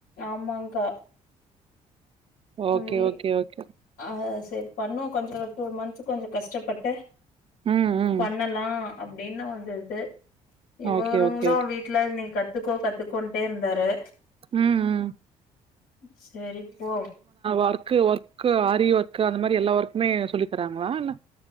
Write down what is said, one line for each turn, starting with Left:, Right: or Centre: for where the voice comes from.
Left: ஆமாங்க்கா
Right: ஓகே
Left: ம் வீட்
Right: ஓகே ஓகே
Left: ஆ சரி பண்ணோ கொஞ்சம் டூ மந்த்ஸ்க கொஞ்சம் கஷ்டப்பட்டு
Right: ம், ம்.
Left: பண்ணலா அப்படின்னு வந்துடுது இவ்வருங்களும்
Right: ஓகே, ஓகே, ஓகே.
Left: வீட்டல நீ கத் கத்துக்கோ கத்துக்கோன்டே இருந்தாரு
Right: ம் ம்
Left: சரிப்போ
Right: ஒர்கு ஒர்கு ஆரி ஒர்க் அந்த மாரி எல்லா ஒர்க்குமே சொல்லி தராங்களா இல்ல